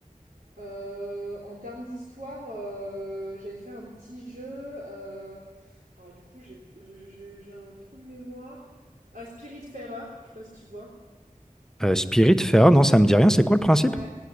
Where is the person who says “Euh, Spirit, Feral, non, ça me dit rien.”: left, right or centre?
Centre